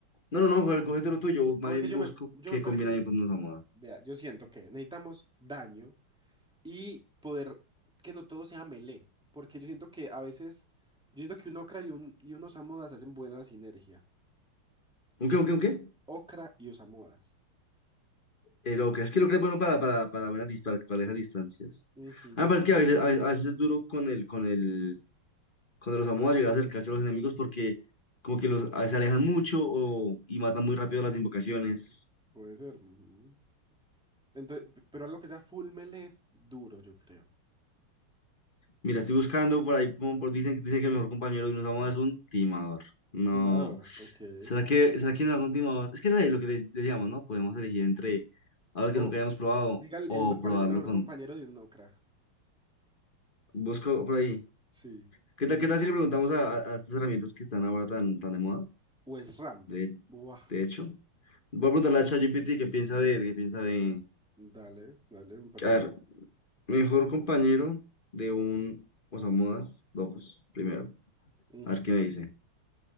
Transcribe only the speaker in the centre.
Porque
yo
me, yo
me puedo
elegir un
Vea, yo siento que necesitamos daño y poder que no todo sea melee, porque yo siento que a veces, yo siento que un Okra y un, y un Osamodas hacen buena sinergia.
Okra y Osamodas.
Ujú,
ujú. Puede ser. ujú. Entonces, p- pero algo que sea full melee, duro, yo creo.
Timador, ok.
O,
diga el,
el- cuál
es el mejor
compañero de un Okra.
Sí.
O es Ram.
Buah.
da-
Dale, dale, me parece.
Ujú.